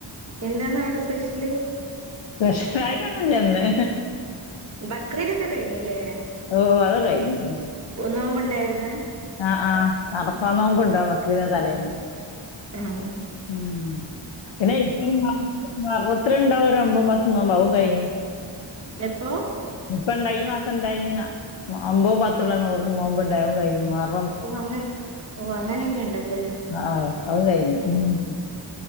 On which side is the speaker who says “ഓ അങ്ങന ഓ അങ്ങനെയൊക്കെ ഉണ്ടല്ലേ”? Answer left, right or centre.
Right